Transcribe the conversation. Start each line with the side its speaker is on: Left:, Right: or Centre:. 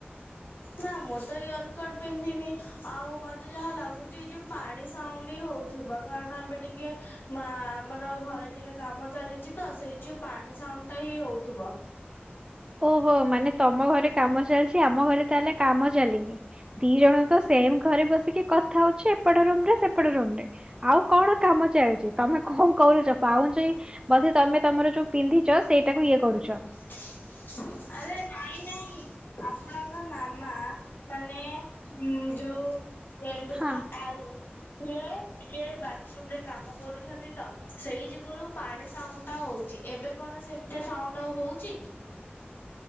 Left: ନା ମୁଁ ତ ୟର୍କଡ ପିନ୍ଧିନି ଆଉ ମତେ ଯାହା ଲାଗୁଛି ଏଇ ଯୋଉ ପାଣି ସାଉଣ୍ଡ ହଉଥିବ କାରଣ ଏବେ ଟିକେ ମା ଆମର ଘରେ ଟିକେ କାମ ଚାଲିଛି ତ ସେଇ ଯଉ ପାଣି ସାଉଣ୍ଡ ଟା ହିଁ ହଉଥିବ।
Right: ଓହୋ ମାନେ ତମ ଘରେ କାମ ଚାଲିଛି ଆମ ଘରେ ତାହେଲେ କାମ ଚାଲିନି। ଦି ଜଣ ତ ସେମ ଘରେ ବସିକି କଥା ହଉଛି ଏପଟ ରୁମ ରେ ସେପଟ ରୁମ ରେ। ଆଉ କଣ କାମ ଚାଲିଛି ତମେ କଣ କରୁଛ ପାଉଁଛି ବୋଧେ ତମେ ତମର ଯୋଉ ପିନ୍ଧିଛ ସେଇଟାକୁ ଇଏ କରୁଛ।
Left: <unintelligible> ଆରେ ନାଇଁ ନାଇଁ ଆପଣଙ୍କ ମାମା ମାନେ ଉଁ ଯୋଉ ଗେଣ୍ଡୁର
Right: ହଁ।
Left: ଆଈ ସିଏ ଟିକେ ବାଥରୁମ ରେ କାମ କରୁଛନ୍ତି ତ ସେଇ ଯୁଗରୁ ପାଣି ସାଉଣ୍ଡ ଟା ହଉଛି ଏବେ କଣ ସେମିତି ସାଉଣ୍ଡ ଆଉ ହଉଛି?